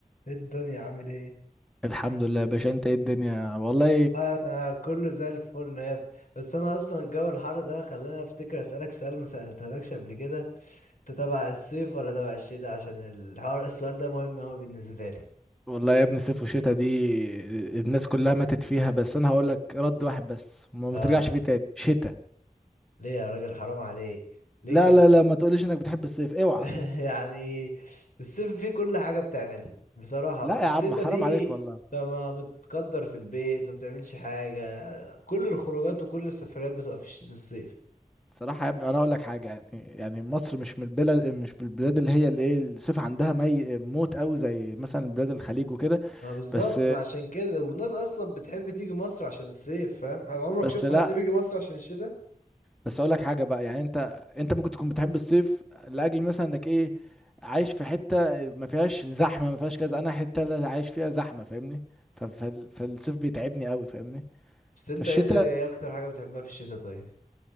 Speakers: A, on the left (about 70°); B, in the centre.
A: ايه الدنيا عامل ايه؟
B: الحمد لله يا باشا انت ايه الدنيا والله
A: ما انا كله زي الفل يا ابني بس انا اصلا جو الحر ده خلاني افتكر اسالك سؤال ما سالتهولكش قبل كده انت تبع الصيف ولا تبع الشتاء عشان الحوار السؤال ده مهم اوي بالنسبه لي
B: والله يا ابني صيف وشتا دي الناس كلها ماتت فيها بس انا هقول لك رد واحد بس ما
A: اه
B: ما ترجعش فيه تاني شتا
A: ليه يا راجل حرام عليك ليه
B: لا
A: كده
B: لا لا ما تقوليش انك بتحب الصيف اوعى
A: <laughs> يعني الصيف فيه كل حاجه بتعملها بصراحه
B: لا
A: بقى
B: يا
A: الشتاء
B: عم حرام
A: دي
B: عليك والله
A: انت ما متقدر في البيت ما بتعملش حاجه كل الخروجات وكل السفريات بتبقى في الش- في الصيف
B: الصراحة يا ابني انا هقول لك حاجة يعني يعني مصر مش من البلاد مش من البلاد اللي هي الايه الصيف عندها مي موت قوي زي مثلا بلاد الخليج وكده
A: ما بالظبط
B: بس
A: ما عشان كده والناس اصلا بتحب تيجي مصر عشان الصيف فاهم على عمرك
B: بس
A: شفت
B: لا
A: حد بيجي مصر عشان الشتاء
B: بس اقول لك حاجه بقى يعني انت انت ممكن تكون بتحب الصيف لاجل مثلا انك ايه عايش في حته ما فيهاش زحمه ما فيهاش كذا انا حته لا عايش فيها زحمه فاهمني ف- فال- فالصيف بيتعبني قوي فاهمني
A: بس انت
B: فالشتاء
A: ايه اللي ايه اكتر حاجة بتحبها في الشتاء طيب